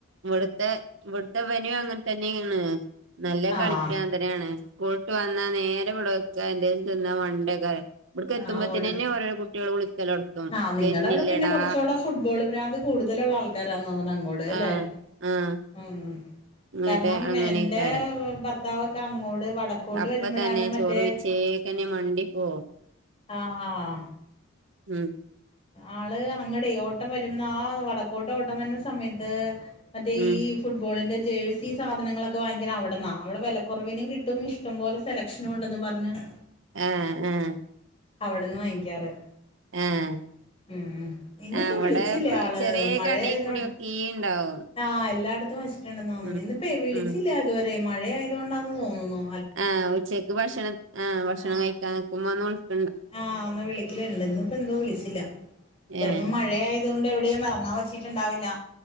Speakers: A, on the right; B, on the left.
A: ഇവിടുത്തെ ഇവിടുത്തെ വനും അങ്ങനെ തന്നെയാണ് നല്ല കളിക്കാൻ
B: ആഹ്
A: െയാണ് സ്കൂളട്ട് വന്നാ നേരെ വവിടെക്ക എന്തേും തിന്നാ <unintelligible> ഇവിടുക്ക എത്തുമ്പോതിനെന്നെ
B: ആഹ് ഓട്
A: തന്നെ ഓരോ കുട്ടികൾ വിളിക്കലോഡ്ത്തും
B: ആഹ് നിങ്ങടെ
A: വരുന്നില്ലേടാ
B: അവിടെ പിന്നെ കുറച്ചുകൂടെ ഫുട്ബോൾ ഭ്രാന്ത് കൂടുതലുള്ള ആൾക്കാരാ തോന്നുണ് അങ്ങോട് അല്ലേ
A: ആഹ് ആഹ്
B: ഉം
A: ഇങ്ങട്ട്
B: കാരണം
A: അങ്ങനെക്കാരം
B: എൻറെ ഭർത്താവൊക്കെ അങ്ങോട്ട് വടക്കോട്ട്
A: അപ്പ
B: വരുമ്പോഴാണ്
A: തന്നെ
B: മറ്റേ
A: ചോറ് <unintelligible>
B: ആഹ ആഹ
A: ഉം
B: ആള് അങ്ങടെ ഓട്ടം വരുന്ന ആ വടക്കോട്ട ഓട്ടം വരുന്ന സമയത്ത് മറ്റേ
A: ഉം
B: ഈ ഫുട്ബോളിൻ് ജേഴ്സി സാധങ്ങളൊക്കെ വാങ്ങിക്കല് അവിടെന്നാണ് അവിടെ വിലക്കുറവിനും കിട്ടും ഇഷ്ടംോലെ സെലക്ഷൻ ഇന്നോൊണ്ടെന്നും പറഞ്ഞഞ്
A: ആഹ ആഹ
B: അവിടന്ന് വാങ്ങിക്കാറ്
A: ആഹ്
B: ഉം ഇന്നിപ്പോൊ
A: ആഹ് ഇവിടെ
B: വിളിച്ചില്ല ആള്
A: ചെറിയ
B: മഴയായതാണ്
A: കടയി <unintelligible>
B: ആഹ് എല്ലായിടത്തും വച്ചിട്ടുണ്ടെന്ന് തോന്നുന്നു
A: ഉം
B: ഇന്നിപ്പൊ വിളിച്ചില്ല
A: ഉം
B: ഇതുവരെ മഴയായതുകൊണ്ടാന്ന് തോന്നുന്നുോ
A: ആ് ഉച്ചക്ക് ഭക്ഷണം ആഹ ഭക്ഷണം
B: ആഹ്
A: കഴിക്കാൻ നിക്കുമ്പോ ഒ
B: ആഹ് ഒന്ന് വിളിക്കല ഇണ്ട് ഇന്ന് ഇപ്പോ എന്തോ വിളിച്ചില്ല ചിലപ്പോ
A: ഏഹ്
B: മഴയ അതുകൊണ്ട് എവിടെയും എറങ്ങാൻ വച്ചിട്ടുണ്ടാവില്ല